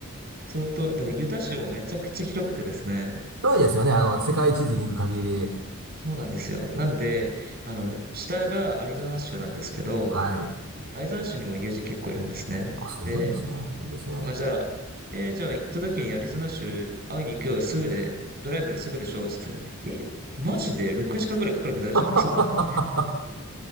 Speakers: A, on the right; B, on the right.
A: 相当、だからユタ州もめちゃくちゃ広くてですね。
B: 広いですよね。あの、世界地図見る限り。
A: そうなんですよ。なんで、あの、下がアリゾナ州なんですけど、
B: はい。
A: アリゾナ州にも友人結構いるんですね。
B: あ、すごいですね。
A: で、
B: いいですね。
A: あの、じゃあ、えーじゃあ行った時にアリゾナ州会いに行くよ、すぐで、ドライブですぐでしょつって言ったら、え、マジで6時間ぐらいかかるけど大丈夫そうみたい
B: <laughs>